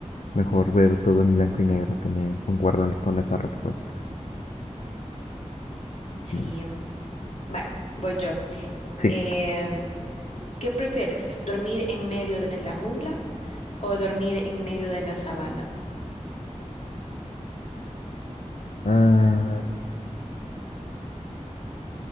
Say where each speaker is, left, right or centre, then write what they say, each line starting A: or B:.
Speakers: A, on the left; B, on the left.
A: mejor ver todo en blanco y negro también, concuerdo con esa respuesta.
B: Sí,
A: Ujú.
B: mm, vale, voy yo.
A: Sí.
B: Em, ¿qué prefieres? ¿Dormir en medio de la jungla o dormir en medio de la sabana?
A: Ah, <laughs>